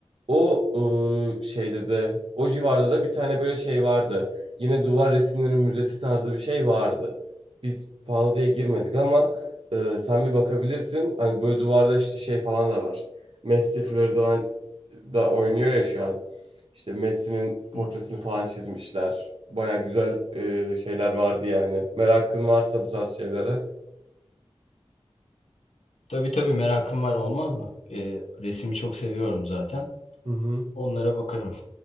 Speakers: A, on the right; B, on the left.
A: O ıı, şeyde de, o civarda da bir tane böyle şey vardı. Yine duvar resimleri müzesi tarzı bir şey vardı. Biz pahalı diye girmedik ama ıı, sen bir bakabilirsin. Hani böyle duvarda işte şey falan da var. Messi Florida'dan da oynuyor ya şu an. İşte Messi'nin portresini
B: Hı.
A: falan çizmişler. Baya güzel e, şeyler vardı yani. Merakın varsa bu tarz şeylere.
B: Tabii tabii merakım var olmaz mı? E, resimi çok seviyorum zaten.
A: Hı hı.
B: Onlara bakarım.